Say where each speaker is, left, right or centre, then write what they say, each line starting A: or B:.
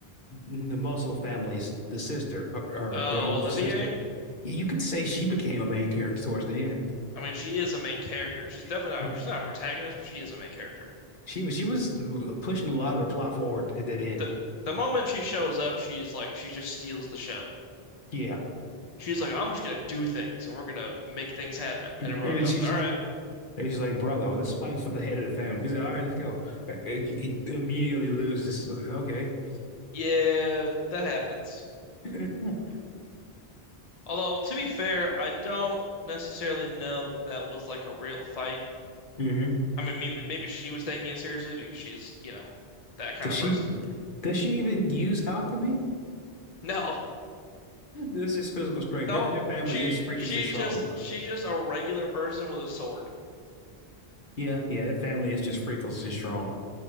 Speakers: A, on the left; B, on the left.
A: the Muscle families. The sister or, or
B: Oh,
A: their older
B: Olivier.
A: sister. You, you could say she became a main character towards the end.
B: I mean, she is a main character. She's
A: <laughs>
B: definitely not.
A: I mean,
B: She's not a protagonist, but she is a main character.
A: she was she was pushing a lot of the plot forward at that end.
B: the the moment she shows up, she's like she just steals the show.
A: Yeah. <laughs>
B: She's like, I'm just gonna do things and we're gonna make things happen.
A: And
B: And everyone
A: then
B: goes,
A: she
B: All right,
A: And He's like, brother, well, let's fight for the head of the family. He's like, all right, let's go. It, it immediately loses. I was like, okay.
B: yeah, that happens.
A: <laughs>
B: Although to be fair, I don't necessarily know that that was like a real fight.
A: hmm
B: I mean, maybe maybe she was taking it seriously because she's, you know, that kind
A: Does
B: of
A: she
B: person. <laughs>
A: does she even use alchemy?
B: No,
A: This is physical strength.
B: nope.
A: Their their family
B: She
A: is freakishly
B: she's
A: strong.
B: just she's just a regular person with a sword.
A: Yeah, yeah, their family is just freakishly strong.